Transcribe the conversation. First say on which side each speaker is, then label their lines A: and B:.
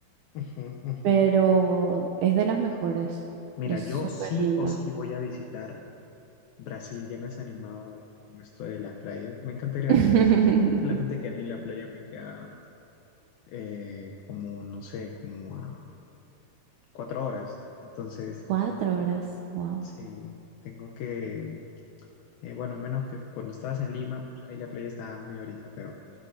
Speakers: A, on the left (about 80°); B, on the right (about 85°).
A: Ujú, ujú.
B: pero es de las mejores,
A: Mira,
B: es
A: yo
B: súper
A: sí
B: linda.
A: o sí voy a visitar Brasil. Ya me has animado con esto de las playas. Me encantaría
B: <laughs>
A: la playa. Solamente que a mí la playa me queda eh, como, no sé, como a cuatro horas. Entonces,
B: Cuatro horas, wow.
A: sí, tengo que Eh, bueno, a menos que cuando estabas en Lima, pucha, ahí la playa está medio ahorita, pero